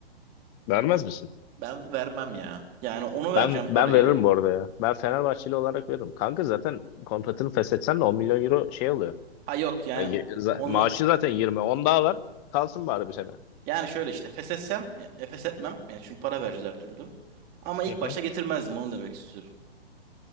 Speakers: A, on the left; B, on the right.
A: Vermez misin?
B: Ben vermem ya. Yani onu vereceğim
A: Ben
B: parayı.
A: ben veririm bu arada ya. Ben Fenerbahçeli olarak veririm. Kanka zaten kontratını feshetsen de 10 milyon euro şey oluyor.
B: Ha yok yani
A: E, ye- za-
B: onu
A: maaşı zaten 20. 10 daha var. Kalsın bari bir sene.
B: yani şöyle işte feshetsem e, feshetmem. Yani çünkü para vereceğiz her türlü. Ama ilk
A: Hı
B: başta
A: hı.
B: getirmezdim onu demek istiyorum.